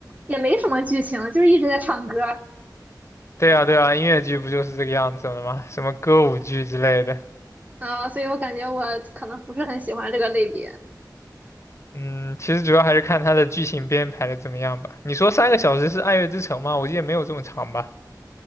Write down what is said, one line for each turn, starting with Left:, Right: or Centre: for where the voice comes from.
Right: 也没什么剧情，就是一直在唱歌儿
Left: 对啊，对啊，音乐剧不就是这个样子了吗？什么歌舞剧之类的。
Right: 啊，所以我感觉我可能不是很喜欢这个类别。
Left: 嗯，其实主要还是看它的剧情编排的怎么样吧。你说三个小时是《爱乐之城》吗？我记得没有这么长吧？